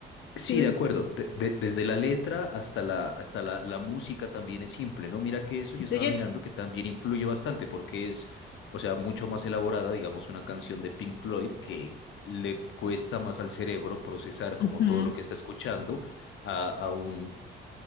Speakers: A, on the left (about 75°); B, on the left (about 60°).
A: Sí,
B: ¿sí me
A: de
B: enti-
A: acuerdo. De- de- desde la letra hasta la, hasta la, la música también es simple, ¿no? Mira que eso yo
B: Entonces
A: estaba mirando que también influye bastante porque es, o sea, mucho más elaborada, digamos, una canción de Pink Floyd que le cuesta más al cerebro procesar
B: yo-
A: como
B: ujú.
A: todo lo que está escuchando a, a un,